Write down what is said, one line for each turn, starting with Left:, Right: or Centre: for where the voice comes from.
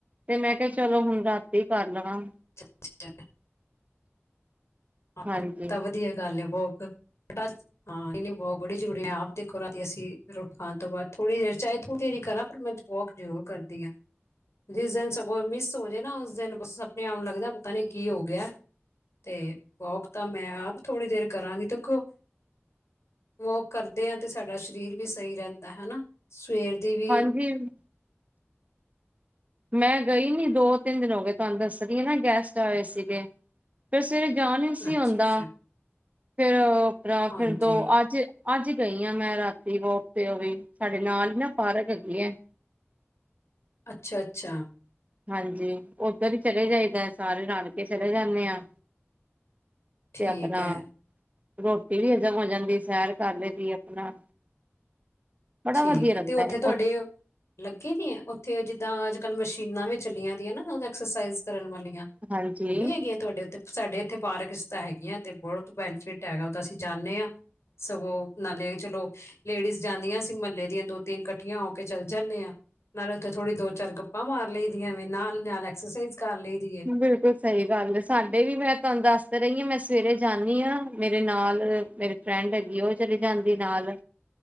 Right: ਤੇ, ਮੈਂ ਕਿਹਾ ਚਲੋ ਹੁਣ ਰਾਤੀ ਕਾਰ ਲਵਾ।
Left: <unintelligible> ਹਾਂ,
Right: ਹਾਂਜੀ
Left: ਏ ਤਾ ਵਧੀਆ ਗੱਲ ਏ ਵੋਕ, ਬਸ ਹਾਂ, ਨਹੀਂ-ਨਹੀ, ਵੋਕ ਬਹੁਕ ਬੜੀ ਜ਼ਰੂਰੀ ਐ, ਆਪ ਦੇਖੋ ਰਾਤੀ ਅਸੀ ਰੁਟ ਖਾਣ ਤੋਂ ਬਾਅਦ, ਥੋੜ੍ਹੀ ਦੇਰ ਚਾਹੇ ਥੋੜ੍ਹੀ ਦੇਰ ਹੀ ਕਰਾਂ, ਪਰ ਮੈਂ ਵੌਕ ਜ਼ਰੂਰ ਕਰਦੀ ਆਂ। ਜਿਸ ਦਿਨ ਸਗੋਂ ਮਿਸ ਹੋ ਜਾਏ ਨਾ, ਉਸ ਦਿਨ ਬਸ ਅਪਣੇ-ਆਪ ਨੂੰ ਲੱਗਦਾ ਪਤਾ ਨੀ ਕੀ ਹੋਗਿਆ। ਤੇ, ਵੋਕ ਤਾਂ 'ਮੈਂ' ਆਪ ਥੋੜ੍ਹੀ ਦੇਰ ਕਰਾਂਗੀ, ਦੇਖੋ ਵੋਕ ਕਰਦੇ ਆਂ, ਤੇ ਸਾਡਾ ਸ਼ਰੀਰ ਵੀ ਸਹੀ ਰਹਿੰਦਾ ਹਨਾ, ਸਵੇਰ ਦੀ ਵੀ
Right: <unintelligible> ਮੈਂ ਗਈ ਨੀ ਦੋ-ਤਿੰਨ ਦਿਨ ਹੋਗੇ, ਤੁਹਾਨੂੰ ਦੱਸਰੀ ਆ ਨਾ, ਗੈਸਟ ਆਏ ਸੀਗੇ। ਫੇਰ ਸਵੇਰੇ ਜਾਣ ਨਹੀ ਸੀ
Left: ਅੱਛਾ
Right: ਹੁੰਦਾ,
Left: ਅੱਛਾ
Right: ਫੇਰ ਔਹ ਅਪਣਾ
Left: ਹਾਂਜੀ
Right: ਫੇਰ ਦੋ, ਅੱਜ ਅੱਜ ਗਈ ਆਂ ਮੈਂ ਰਾਤੀ ਵੋਕ ਤੇ ਉਹ ਵੀ, ਸਾਡੇ ਨਾਲ ਹੀ ਨਾ ਪਾਰਕ ਹੈਗੀ ਏ‌।
Left: ਅੱਛਾ, ਅੱਛਾ।
Right: ਹਾਂਜੀ, ਔਧਰ ਹੀ ਚਲੇ ਜਾਈਦਾ ਸਾਰੇ ਰਾਲਕੇ ਚਲੇ ਜਾਂਨੇੇ ਆਂ।
Left: ਠੀਕ
Right: ਤੇ ਆਪਨਣਾ
Left: ਹੈ
Right: ਰ੍ਹੋਟੀ ਵੀ ਹਜ਼ਮ ਹੋ ਜਾਂਦੀ ਏ, ਸੈਰ ਕਰਲਈ ਦੀ ਆਪਣਾ ਬੜਾ
Left: ਠੀਕ
Right: ਵਧੀਆ ਲੱਗਦਾ
Left: ਐ, ਤੇ ਉੱਥੇ
Right: ਹੈ
Left: ਤੁਹਾਡੇ ਲੱਗੀ ਦੀਆ ੳਥੇ? ਜਿੱਦਾਂ ਅੱਜ-ਕਲ ਮਸ਼ੀਨਾਂ ਵੀ ਚੱਲੀਆਂ ਦੀਆਂ ਨਾ ਓ ਐਕਸਰਸਾਈਜ਼ ਕਰਨ ਵਾਲੀਆਂ।
Right: ਹਾਂਜੀ
Left: ੳਵੀ ਹੈਗੀਆਂ, ਤੁਹਾਡੇ ੳਥੇ? ਸਾਡੇ ਏਥੇ ਪਾਰਕ ਚ ਤਾ ਹੈਗੀਆਂ ਤੇ ਬੋਤ ਬੈਨੀਫਿਟ ਹੈਗਾ ੳਦਾ, ਅਸੀ ਜਾਂਨੇੇ ਆਂ। ਸਗੋ ਨਾਲੇ ਚਲੋ ਲੇਡੀਜ਼ ਜਾਂਦੀਆਂ ਮੱਲੇ ਦੀਆਂ ਦੋ-ਤਿੰਨ ਕੱਠੀਆਂ ਹੋਕੇ ਚਲ ਜਾਂਨੇ ਆਂ, ਨਾਲੇ ੳਥੇ ਥੋੜੀ ਦੋ-ਚਾਰ ਗੱਪਾਂ ਮਾਰ ਲਈ ਦੀਆਂ ਵੇ, ਨਾਲ-ਨਾਲ ਐਕਸਰਸਾਈਜ਼ ਕਰ ਲਈ ਦੀ ਏ।
Right: ਬਿਲਕੁਲ ਸਹੀ ਗੱਲ ਏ। ਸਾਡੇ ਵੀ ਮੈਂ ਤਾਨੂੰ ਦੱਸ ਤਾ ਰਹੀ ਆ, ਮੈਂ ਸਵੇਰੇ ਜਾਂਨੀ ਆ, ਮੇਰੇ ਨਾਲ ਮੇਰੇ ਫੈ੍ੰਡ ਹੈਗੀ ੳ ਚਲੀ ਜਾਂਦੀ ਨਾਲ